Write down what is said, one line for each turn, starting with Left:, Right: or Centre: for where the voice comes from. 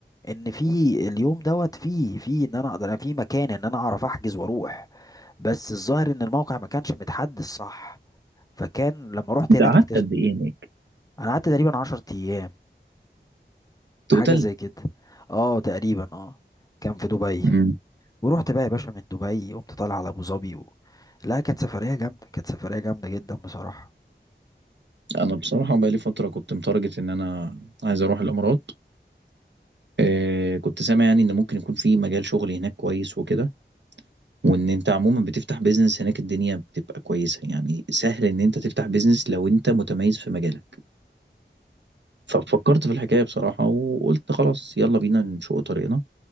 Left: ان في اليوم دوت في في ان انا اقدر أنا في مكان ان انا اعرف احجز واروح بس الظاهر ان الموقع ما كانش متحدث صح فكان لما رحت
Right: انت
Left: هناك
Right: قعدت
Left: اكتشفت
Right: قد ايه هناك؟
Left: انا قعدت تقريبا 10 ايام
Right: توتال
Left: حاجة زي كده اه تقريبا اه كان في دبي
Right: مم.
Left: ورحت بقى يا باشا من دبي قمت طالع على ابو ظبي و... لا كانت سفرية جامدة كانت سفرية جامدة جدا بصراحة
Right: انا بصراحة بقالي فترة كنت متارجت ان انا عايز اروح الامارات آه كنت سامع يعني ان ممكن يكون في مجال شغل هناك كويس وكده وان انت عموما بتفتح بيزنس هناك الدنيا بتبقى كويسة يعني سهل ان انت تفتح بيزنس لو انت متميز في مجالك ففكرت في الحكاية بصراحة وقلت خلاص يلا بينا نشق طريقنا